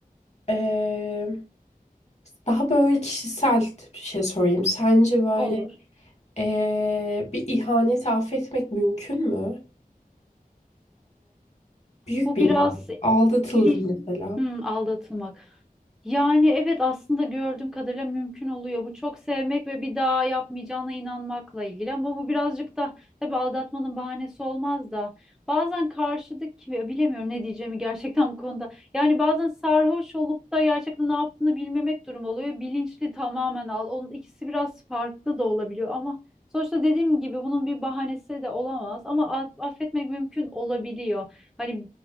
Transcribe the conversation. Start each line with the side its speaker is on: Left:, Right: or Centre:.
Left: ee, daha böyle kişisel bir şey sorayım. Sence böyle
Centre: Olur.
Left: ee, bir ihaneti affetmek mümkün mü? Büyük
Centre: Bu
Left: bir
Centre: biraz
Left: ihanet. Aldatıldım
Centre: İliş
Left: mesela.
Centre: hmm, aldatılmak. Yani evet aslında gördüğüm kadarıyla mümkün oluyor. Bu çok sevmek ve bir daha yapmayacağına inanmakla ilgili. Ama bu birazcık da tabii aldatmanın bahanesi olmaz da. Bazen karşıdaki ya bilemiyorum ne diyeceğimi gerçekten bu konuda. Yani bazen sarhoş olup da gerçekten ne yaptığını bilmemek durumu oluyor. Bilinçli tamamen al. Onun ikisi biraz farklı da olabiliyor ama sonuçta dediğim gibi bunun bir bahanesi de olamaz ama a- affetmek mümkün olabiliyor. Hani